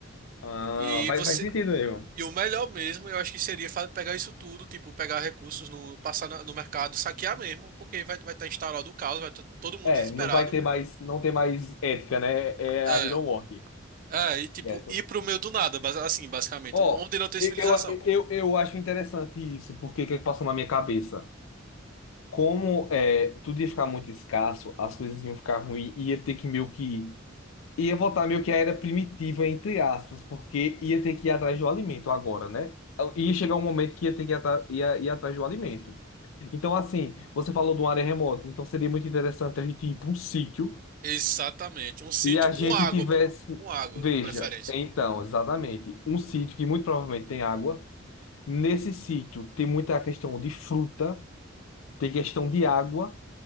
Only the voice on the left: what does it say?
Ah,
faz,
faz sentido mesmo.
É,
não vai ter mais, não tem mais ética, né? É
a vida ou morte.
Certo.
Ó,
eu,
eu, eu, eu acho interessante isso, porque o que é que passou na minha cabeça? Como é, tudo ia ficar muito escasso, as coisas iam ficar ruins, ia ter que meio que. Ia voltar meio que à era primitiva, entre aspas, porque ia ter que ir atrás do alimento agora, né? Ia chegar um momento que ia ter que ir, atra- ia- ir atrás do alimento. Então, assim, você falou de uma área remota, então seria muito interessante a gente ir para um sítio
e a
gente
tivesse.
Veja,
então, exatamente, um sítio que muito provavelmente tem água. Nesse sítio tem muita questão de fruta, tem questão de água